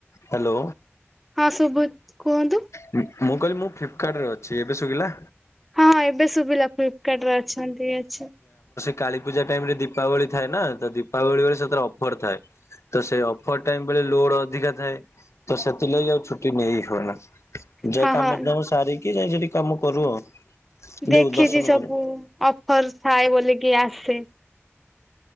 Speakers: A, on the left (about 85°); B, in the centre.
A: ହ୍ୟାଲୋ।
B: ହଁ ଶୁଭୁ କୁହନ୍ତୁ।
A: ମୁଁ ମୁଁ କହିଲି ମୁଁ ଫ୍ଲିପକାଟ୍ ରେ ଅଛି। ଏବେ ଶୁଗିଲା?
B: ହଁ ଏବେ ଶୁଭିଲା ଫ୍ଲିପକାର୍ଟରେ ଅଛନ୍ତି। ଆଚ୍ଛା।
A: କାଳୀପୂଜା ଟାଇମ୍ ରେ ଦୀପାବଳି ଥାଏ ନା। ତ ଦୀପାବଳି ବେଳେ ସେଥିରେ ଅଫର ଥାଏ। ତ ସେ ଅଫର ଟାଇମ୍ ବେଳେ ଲୋଡ ଅଧିକା ଥାଏ। ତ ସେଥିଲାଗି ଆଉ ଛୁଟି ନେଇ ହୁଏନା। ଯା
B: ହଁ
A: କାମ
B: ହଁ
A: ଦାମ ସାରିକି ଯାଇ ସେଠି କାମ କରୁ ଆଉ।
B: ଦେଖିଚି
A: ଯୋଉ ଦର୍ଶନ
B: ସବୁ
A: କରୁ
B: ଅଫର ଥାଏ ବୋଲିକି ଆସେ।